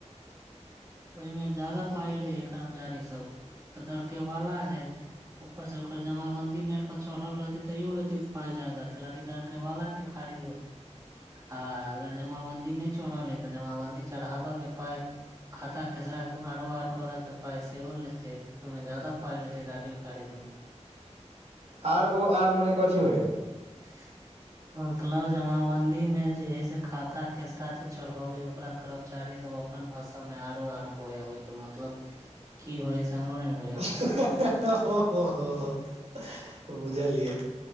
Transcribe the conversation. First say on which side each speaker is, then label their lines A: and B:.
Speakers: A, on the right; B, on the right.
A: ओहिमे ज्यादा पाइ ले हे कर्मचारी सब एक तऽ दरकेवाला है ऊर से ओकर जमाबंदी नेट पर चढ़ल रहते तैयो लेते पाय जादा क लाकि केवालाे खारिज होत आ अगर जमावाबन्दी नहि चढ़ल अइ तऽ जमाबन्दी चढ़ाबयके पाइ खाता खेसरा के आरो आर करे के पाय सेहो लेते ओहिमे जादा पाय लेते दाखिल कारिज में।
B: आर ओ आर मने कथी होइ।
A: <inaudible> मतलब जमाबंदी मे जे है से खाता खेसरा जे चढ़बै है ओकरा। कर्मचारी सब अपन भाषा मे आरो आर कहै ओई के मतलब।
B: <inaudible>
A: कि होय से हमरो बुझल
B: हो हो हो हो। <unintelligible> बुझलियै